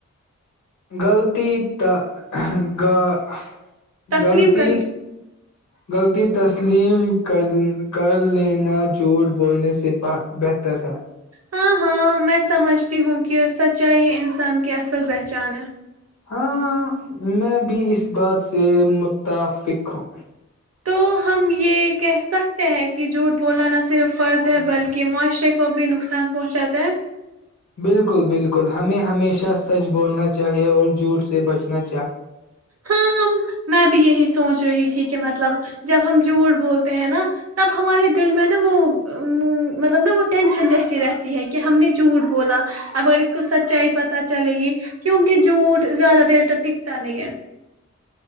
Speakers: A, on the left (about 75°); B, on the right (about 55°).
A: غلطی ت گ <unintelligible>
B: تسلیم
A: غلطی
B: کر لی
A: غلطی تسلیم کر کر لینا جھوٹ بولنے سے بہتر ہے
B: ہاں ہاں میں سمجھتی ہوں کہ سچائی یہ انسان کی اصل پہچان ہے
A: ہاں میں بھی اس بات سے متفق ہوں
B: تو ہم یہ کہہ سکتے ہیں کہ جھوٹ بولنا نہ صرف فرد ہے بلکہ معاشرے کو بھی نقصان پہنچاتا ہے
A: بالکل بالکل ہمیں ہمیشہ سچ بولنا چاہیے اور جھوٹ سے بچنا چاہے
B: ہاں میں بھی یہی سوچ رہی تھی کہ مطلب جب ہم جھوٹ بولتے ہیں نا تب ہمارے دل میں نا وہ مطلب نا وہ ٹینشن جیسی رہتی ہے کہ ہم نے جھوٹ بولا اگر اس کو سچائی پت چلے گی کیونکہ جھوٹ زیادہ دیر تک تا نہیں ہے